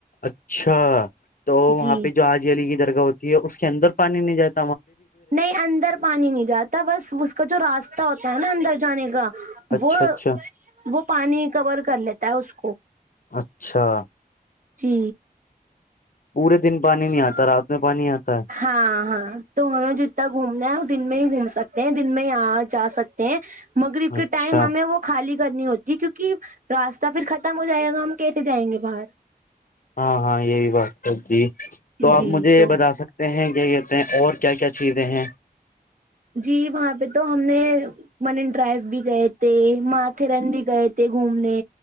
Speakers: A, on the left; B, on the right.
A: اچھا تو وہاں
B: جی
A: پہ جو آج علی کی درگاہ ہوتی ہے اس کے اندر پانی نہیں جاتی
B: نہیں اندر پانی نہیں جاتا بس اس کا جو راستہ ہوتا ہے ا اندر جانے گا
A: اچھا
B: وہ
A: اچھا
B: وہ پانی کور کر لیتا ہے اس کو
A: اچھا
B: جی
A: پورے دن پانی نہیں آتا رات میں پانی آتا ہے
B: ہاں ہاں تو ہمیں جتنا گھومنا ہے دن میں ہی گھوم سکتے ہیں دن میں آ جا سکتے ہیں مغرب کے
A: اچھا
B: ٹائم ہمیں وہ خالی کرنی ہوتی ہے کیونکہ کہ راستہ پھر ختم ہو جائے گا ہم کیسے جائیں گے باہر
A: ہاں ہاں یہ بھی بات ہے جی تو آپ
B: جی
A: مجھے
B: تو
A: یہ بتا سکتے ہیں کہتے ہیں اور کیا کیا چیزیں ہیں
B: جی وہاں پہ تو ہم نے منن ڈرائیو بھی گئے تھے ت مات تھرن بھی گئے گھومنے